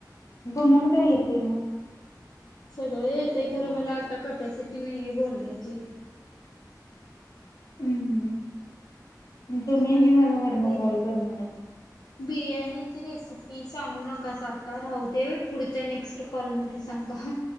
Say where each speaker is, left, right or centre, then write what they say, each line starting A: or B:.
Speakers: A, on the left (about 50°); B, on the left (about 70°).
A: तुम्हाला काय येतय मग
B: सगळं ते खरं मला आता कपॅसिटी नाही आहे बोलण्याची
A: हम् तुम्ही
B: तुम्हाला
A: आणि
B: काय
A: मला वर्ण
B: येतय
A: कॉल करणार आहे
B: बिर्याणीची रेसिपी सांगू नका स आता राहू दे पुढच्या नेक्स्ट कॉलमध्ये सांगा ह